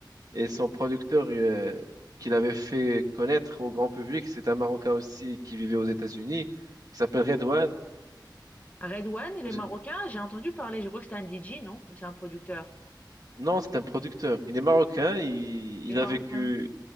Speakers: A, on the right; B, on the left.
A: et son producteur euh, qu'il avait fait connaître au grand public, c'est un Marocain aussi qui vivait aux États-Unis, qui s'appelle Redouane.
B: À Red One, les
A: Je-
B: Marocains, j'ai entendu parler, je crois que c'était un DJ, non? Ou c'est un producteur?
A: Non, c'est un producteur. Il est marocain, il,
B: Les
A: il
B: Marocains.
A: a vécu,